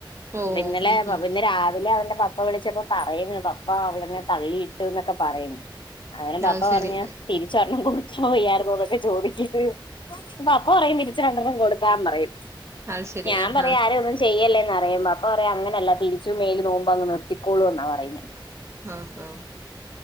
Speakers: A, on the right; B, on the left.
A: ഓ
B: പിന്നലെ
A: ഉം ഉം
B: ഇന്ന് രാവിലെ അവന്റെ പപ്പ വിളിച്ചപ്പോ പറയുന്നു പപ്പ അവളന്ന തള്ളിയിട്ടു എന്നൊക്കെ പറയുന്നു അങ്ങനെ പാപ്പ
A: അത് ശരി
B: പറഞ്ഞു തിരിച്ചരെണം കൊടുത്തുവയ്യായിരുന്നു അതൊക്കെ ചോദിക്കത് പ്പൊ പപ്പ പറയും തിരിച്ച രണ്ടെണ്ണം കൊടുക്കാൻ പറയും
A: അത് ശരി
B: ഞാൻ
A: ആഹാ
B: പറയും ആരെയ ഒന്നും ചെയ്യല്ലേന്ന്റിയുമ്പോ അപ്പ പറ അങ്ങനല്ല തിരിച്ചും മേല് നോവുമ്പോ അങ് നിർത്തിക്കോളും എന്നാ പറയുന്നെ
A: ആഹഹാ